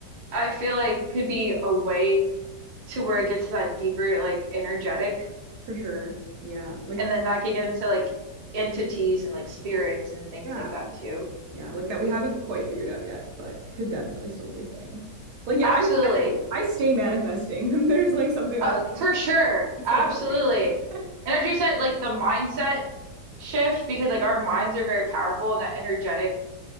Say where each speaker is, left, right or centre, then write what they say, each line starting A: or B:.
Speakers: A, on the right; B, on the right.
A: I feel like could be a way to where it gets to that deeper like energetic,
B: For sure. Yeah. Like
A: and then that could get into like entities and like spirits and things
B: Yeah.
A: like that too.
B: yeah, like that we haven't quite figured out yet, but could definitely still be a thing. Like yeah,
A: Absolutely.
B: I I, I stay manifesting <laughs> and there's like something I
A: Uh,
B: want.
A: for sure.
B: It's
A: Absolutely.
B: such a thing. <laughs>
A: And as you said, like the mindset shift, because like our minds are very powerful and that energetic